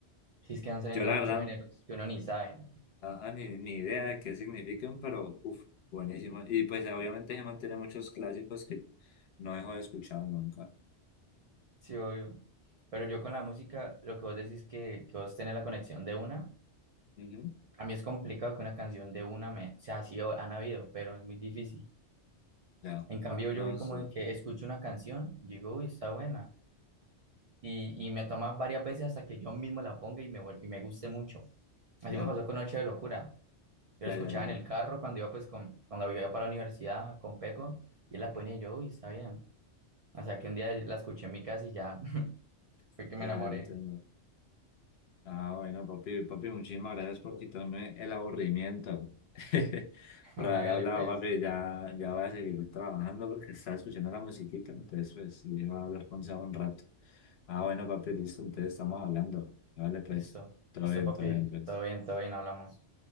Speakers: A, on the right; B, on the left.
A: Sí, es que van saliendo
B: Yo la
A: muchos
B: verdad
A: géneros que uno ni sabe.
B: Ajá, ni, ni idea de qué significan, pero uff, buenísimo. Y pues obviamente se mantiene muchos clásicos que no dejo de escuchar nunca.
A: Sí, obvio. Pero yo con la música, lo que vos decís que, que vos tenés la conexión de una,
B: Ujú.
A: a mí es complicado que una canción de una me, o sea así, o- han habido, pero es muy difícil.
B: Ya,
A: En cambio,
B: no,
A: yo vi como
B: sí,
A: de que escucho una canción, digo, uy, está buena. Y, y me toma varias veces hasta que yo mismo la ponga y me, vuel- y me guste mucho. Así
B: ya,
A: me pasó con Noche de Locura. Yo
B: ya,
A: la escuchaba
B: ya, ya,
A: en el carro cuando iba, pues, con, cuando iba para la universidad con Peco, y él la ponía y yo, uy, está bien. O sea, que un día la escuché en mi casa y ya <laughs> fue que me
B: ya,
A: enamoré.
B: ya entiendo. Ah, bueno, papi, papi, muchísimas gracias por quitarme el aburrimiento. <laughs>
A: <laughs>
B: Por
A: Hágale,
B: haber hablado,
A: pues.
B: papi, ya, ya voy a seguir trabajando porque estaba escuchando la musiquita, entonces pues dije, voy a hablar con Seba un rato. Ah, bueno, papi, listo, entonces estamos hablando. Vale, pues,
A: Listo,
B: todo
A: listo,
B: bien,
A: papi.
B: todo bien, pues.
A: Todo bien, todo bien, hablamos.